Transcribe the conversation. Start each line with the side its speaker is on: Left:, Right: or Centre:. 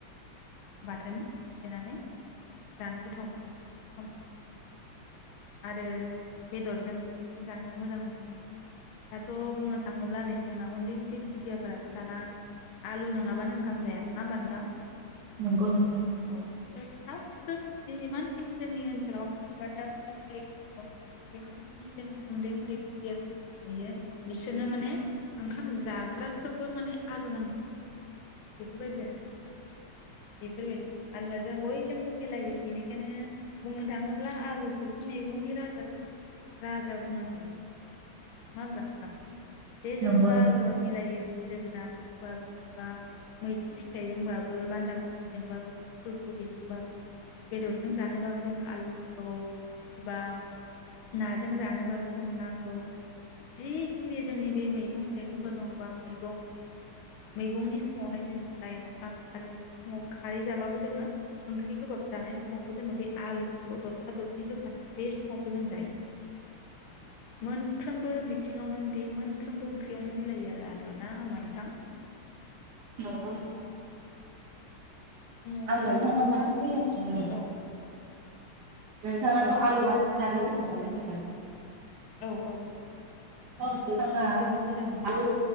Left: बाथोन सिफ्लेनानै बेखौ जानो गोथाव मोनो आरो बे समावहाय आरो बेदरजों जानो मोजां मोनो दाथ' बुंनो थाङोब्ला नै जोंना उन्दै उन्दै खुदियाफोराथ' दाना आलु नङाबानो ओंखाम जाया नङा होमबा नोंथां
Right: नंगौ नोंथां
Left: औ दाथ साब साफ्रोम जि जिमानखिनि जोंनि ओनसोलावहाय बा दाब दाब जायगायाव जिमानखिनि जोङो उन्दै उन्दै खुदियाफोर जों नुयो बिसोरनो माने ओंखाम जाग्राफ्रोमबो माने आलु नांगौ बेफोरबायदि आरो बेफोरबायदि आरो आलुआ जों बयजोंबो मिलायो बेनिखायनो बुंनो थाङोब्ला आलुखौसो मैगंनि राजा राजा बुंनो हायो नङा होमब्ला नोंथां बेे जोंबो
Right: नंगौ नोंथां
Left: आलुआ मिलायो जों जोगोनारजोंबाबो बा मैथ्रु फिथाइजोंबाबो बान्दा खबिजोंबाबो फुल कबिजोंबाबो बेदरजों जानोबाबो जोंनो आलु नांगौ बा नाजों जानोबाबो जोंनो नांगौ जिखनि जोंनि बे मैगं थाइगंफोर दं बा मैगं बे मैगंनि समावहाय जों लाइ लाफा ओंखारो बे समाव खारै जाबाबो जोङो ओंख्रि गोबाब जानाय समावबो जोङो बे आलुखौ दरफा दरनै होफानानै बे समावबो जों जायो मोनफ्रबो बिथिावनो बे सानफ्रोमबो ओंख्रियावनो मिलायो आरो आलुआ ना होमबा नोथां
Right: नंगौ नोंथां
Left: बिदिनो आरो आङो
Right: आं
Left: बुंनो
Right: नोंथांनाव
Left: थाङोब्ला
Right: मोनसे कुइसन सोंनि
Left: औ
Right: नोंथाङाथ'
Left: औ
Right: आलु बाथोन जानो गो थावानो होनदों आं
Left: औ औ
Right: ओम नोंथाङा
Left: जोबोद मोजां मोनो
Right: आलु